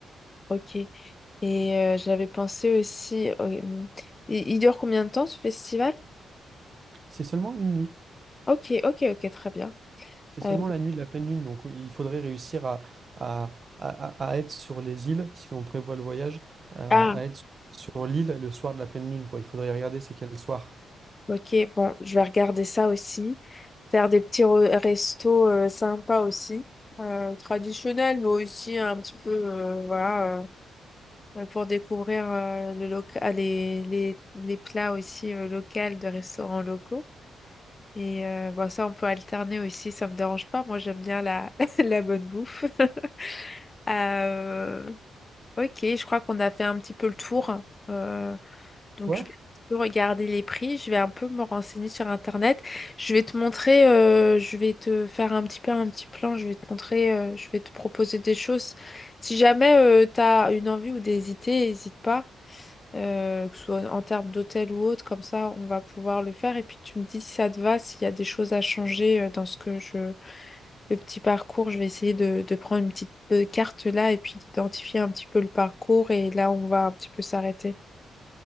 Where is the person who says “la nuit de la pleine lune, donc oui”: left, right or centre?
Right